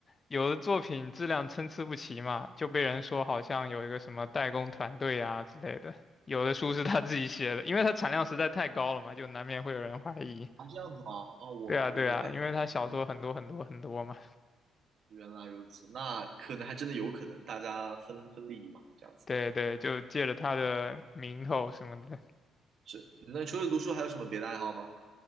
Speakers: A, on the left; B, on the right.
A: 有的作品质量参差不齐嘛，就被人说好像有一个什么代工团队啊之类的，有的书是他自己写的，因为他产量实在太高了嘛，就难免会有人怀疑。
B: 啊，这样子吗？啊，我我没有太了解。
A: 对啊，对啊，因为他小说很多很多很多嘛，
B: 嗯，原来如此，那可能还真的有可能大家分分利益嘛，这样子。
A: 对对，就借着他的名头什么的。
B: 是，那你除了读书还有什么别的爱好吗？